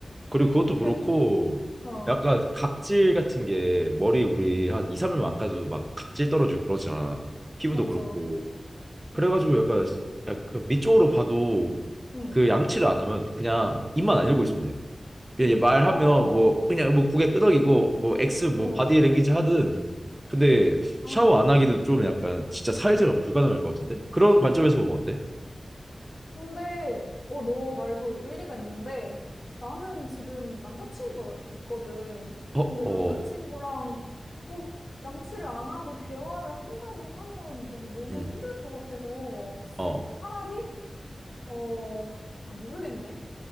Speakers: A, on the right (about 20°); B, on the left (about 65°).
A: 그리고 그것도 그렇고
B: 근데, 어,
A: 약간 각질 같은 게 머리 우리 한 2, 3일만 안 까도 막 각질 떨어지고 그러잖아 피부도
B: 맞아.
A: 그렇고
B: 어,
A: 그래가지고 약간 약간 밑쪽으로 봐도
B: 응,
A: 그 양치를 안 하면 그냥 입만 안 열고 있으면
B: 응.
A: 돼. 그냥 얘 말하면
B: 어,
A: 뭐 그냥 뭐 고개 끄덕이고 뭐 X 뭐
B: 어.
A: 바디 랭귀지 하든 근데
B: 아.
A: 샤워 안 하기는 좀 약간 진짜 사회생활 불가능할 것 같은데? 그런 관점에서 보면 어때?
B: 근데, 어, 너 말도 일리가 있는데, 나는 지금 남자친구가 있거든.
A: 어,
B: 근데
A: 어,
B: 남자친구랑, 어, 양치를 안 하고 대화를 한다고 하면 난 너무
A: 음,
B: 힘들 것 같아서,
A: 어.
B: 차라리, 어, 아, 모르겠네.